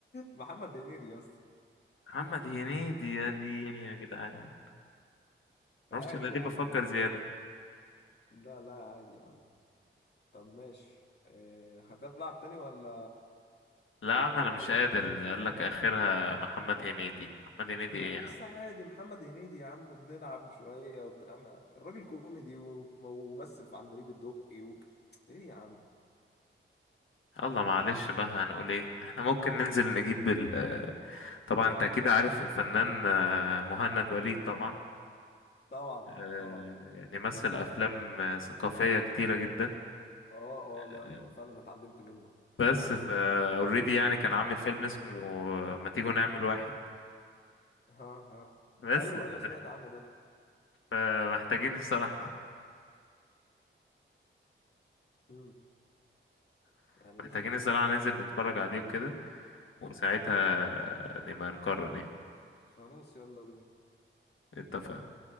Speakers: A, on the left; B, on the left.
A: محمد هنيدي يسا
B: محمد هنيدي يا ديني يا جدعان
A: عادي
B: معرفش أنا ليه
A: عادي
B: بفكر زيادة
A: لا لا عادي يا عم طب ماشي اه هتلعب تاني ولا
B: لا
A: ولا
B: ما أنا مش
A: كده
B: قادر
A: خلاص
B: قال
A: ولا
B: لك
A: ايه
B: آخرها محمد هنيدي محمد هنيدي
A: ما
B: إيه يا
A: يس
B: عم
A: عادي محمد هنيدي يا عم بنلعب شوية وبتاع ما- الراجل كوميدي وم- وممثل في عندليب الدقي و... ايه يا عم
B: يلا معلش
A: ايه
B: بقى هنقول ايه احنا ممكن ننزل نجيب ال طبعا انت اكيد عارف الفنان آه، مهند وليد طبعا
A: طبعا
B: آه،
A: طبعا
B: يعني مثل افلام آه، ثقافيه كتيره جدا
A: اه اه لا
B: آه،
A: لا انا فعلا اتعلمت منه
B: بس ف اوريدي يعني كان عامل فيلم اسمه آه، ما تيجوا نعمل واحد
A: ها ها
B: بس
A: ايوه
B: ف-
A: ايوه سمعت عنه ده
B: فمحتاجين الصراحه
A: امم
B: <laughs>
A: يعني
B: محتاجين
A: شوف
B: الصراحه
A: انت لو
B: ننزل نتفرج عليه وكده وساعتها
A: ها
B: نبقى نقرر يعني
A: خلاص يلا بينا
B: اتفقنا